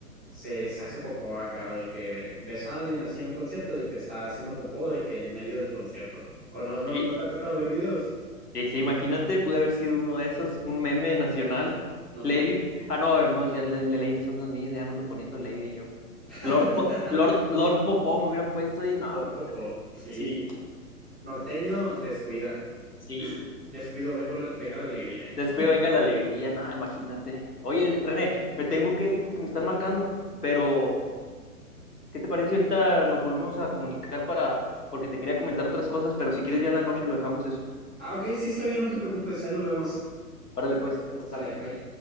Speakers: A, in the centre; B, on the left.
A: se, se hace popó acá, o de que ves a alguien así en un concierto, de que está haciendo popó, de que en medio del concierto. O no, no,
B: sí,
A: no te ha tocado ver videos.
B: Y sí, imagínate, pude haber sido uno de esos, un meme nacional.
A: No.
B: Lady. Ah, no, no, ya la- la Lady son las niñas, ya me ando poniendo Lady yo.
A: <laughs>
B: Lord, Po- Lord, Lord Popó me hubieran puesto ahí, no,
A: Lord
B: imagínate.
A: Popó. Sí.
B: Sí,
A: Norteño, descuida.
B: sí.
A: Descuido, vengo la- venga la alegría. <laughs>
B: Descuido, venga la alegría, no, imagínate. Oye, René, me tengo que ir porque me están marcando, pero ¿qué te parece si ahorita nos volvemos a comunicar para, porque te quería comentar otras cosas, pero si quieres ya en la noche lo dejamos eso.
A: Ah, ok, sí, está bien, no te preocupes. Ahí nos vemos.
B: Órale, pues, ahí estamos.
A: Sale, bye.